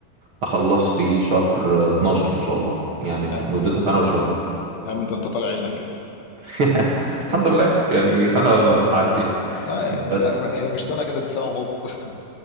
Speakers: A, on the right (about 50°); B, on the left (about 70°).
A: أخلص في شهر آه، 12 إن شاء الله يعني بت-
B: آه.
A: مدتها سنة وشوية
B: يا عم ده انت طالع عينك كده
A: <laughs> الحمد لله يعني سنة وهتعدي يعني.
B: آه
A: بس
B: لا ما- هي مش سنه كده دي سنه ونص <laughs>